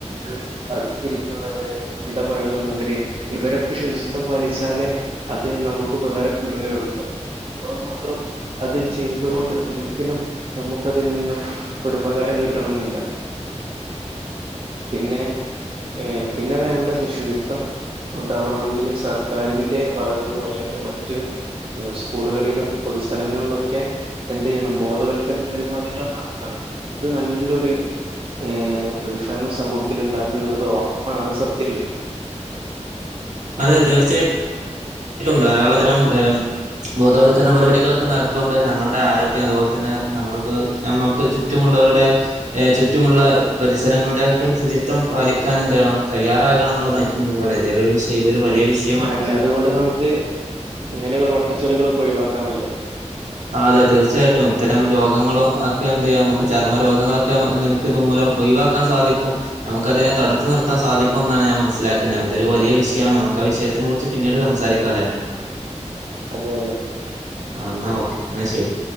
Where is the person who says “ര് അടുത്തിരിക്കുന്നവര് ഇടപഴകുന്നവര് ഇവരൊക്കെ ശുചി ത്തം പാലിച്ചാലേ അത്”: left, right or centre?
Right